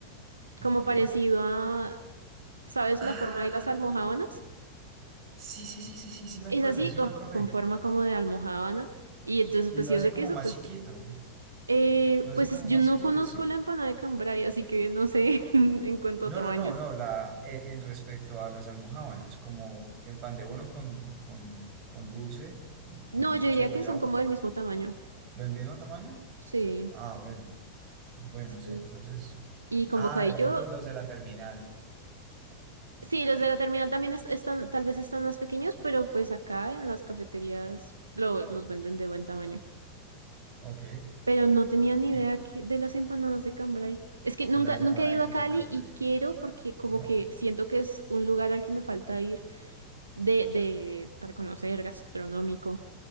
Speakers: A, on the right; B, on the right.
A: Ok.
B: como parecido a, ¿sabes
A: Ah,
B: la forma de las almojábanas?
A: sí, sí, sí, sí, sí, sí me
B: Es
A: acuerdo,
B: así,
A: sí
B: con,
A: me acordé.
B: con forma como de almojábana, y entonces
A: Y
B: pues
A: lo
B: si
A: hacen
B: es de
A: como
B: queso,
A: más
B: pues
A: chiquito.
B: queso. Eh,
A: Lo hacen
B: pues
A: como
B: es- yo
A: más
B: no
A: chiquito,
B: conozco
A: ¿sí?
B: la empanada de cambray, así que no sé <laughs> en, en cuanto
A: No,
B: a tamaños.
A: no, no, no. La, en, en respecto a las almojábanas, como el pan de bono con, con, con dulce,
B: No,
A: con
B: yo
A: dulce
B: diría
A: de guayaba,
B: que son como del mismo tamaño.
A: del mismo tamaño.
B: Sí,
A: Ah, bueno. Bueno,
B: sí.
A: sí, entonces.
B: Y con
A: Ah,
B: bocadillo
A: de pronto los de la terminal.
B: Sí, los de la terminal también est- están, tal vez están más pequeños, pero pues acá en las cafeterías lo- los venden de buen tamaño.
A: Ok.
B: Pero no tenía ni
A: Y
B: idea que- de las empanadas de Cambrai. Es que nunca,
A: las
B: nunca
A: empanaditas
B: he ido a Cali
A: de Cabre,
B: y quiero porque como
A: ¿no?
B: que siento que es un lugar al que me falta ir de, de, para conocer, gastronómico.